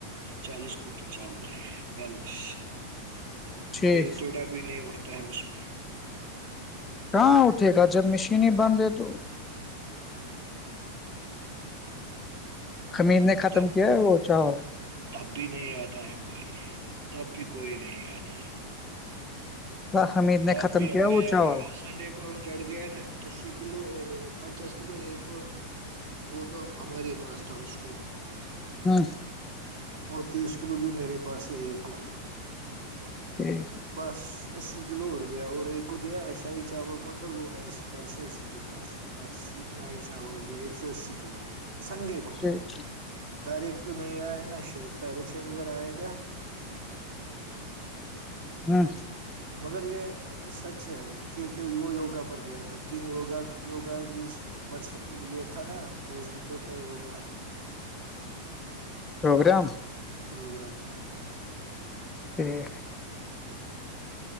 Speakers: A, on the right; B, on the left.
A: چالیس کن مٹن چاول ہے بیلس
B: ٹھیک
A: ایک توڑا بھی نہیں اٹھتا ہے اس میں
B: کہاں اٹھے گا جب مشین بند ہے تو خمید نے ختم
A: تب
B: کیا ہے وہ چاول
A: تب بھی نہیں آتا ہے کوئی تب بھی کوئی نہیں آتا ہے
B: اللہ حمید
A: تب
B: نے ختم
A: بھی
B: کیا
A: میں
B: وہ چاول
A: سنڈے کو ہم چڑھ گیا نا اسی کلو پچاس کلو ایک وہ تو ہمارے ہی پاس تھا اس کو
B: ہوں
A: اور تیس کلو بھی میرے پاس ہے ایک کو
B: ٹھیک
A: بس اسی کلو اڑ گیا اور ایک کو دیا ایسا ہی چاول کونٹل وہ ایے پیسے اسی کے پاس ہے بس اتنا ہی چاول گیا ایک سو اسی کلو سنڈے کو
B: ٹھیک.
A: تاریخ تو نہیں آئے نا شیخ تاریخ ش اگر آئے گا
B: ہوں
A: مگر یہ سچ ہے کیک وہ یوگا پر گیا تھا کی یوگا یوگا یہ واٹسپ پہ یہ تھا نا فیس بک پہ تھا یوگا
B: پروگرام
A: پروگرام تھا ہاں
B: ہوں